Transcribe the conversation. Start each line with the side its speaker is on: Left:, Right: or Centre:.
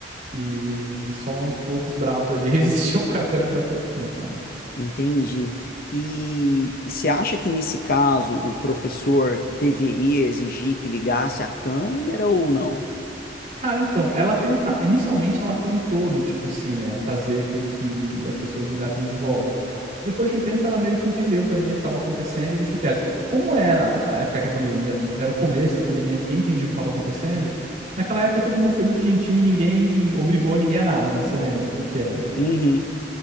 Right: E só uns poucos bravos ali <laughs> resistiam com a câmera até o fim, cara.
Left: Entendi. E você acha que nesse caso o professor deveria exigir que ligasse a câmera ou não?
Right: Cara, então, ela tenta... inicialmente ela tentou do tipo assim, é, fazer com que as pessoas ligassem de volta. Depois de um tempo ela meio que entendeu também o que estava acontecendo e deixou quieto. Como era a época que a pandemia, era o começo da pandemia, ninguém entendia o que estava acontecendo. Naquela época todo mundo foi muito gentil e ninguém obrigou ninguém a nada, né? Você lembra como que era?
Left: Uhum,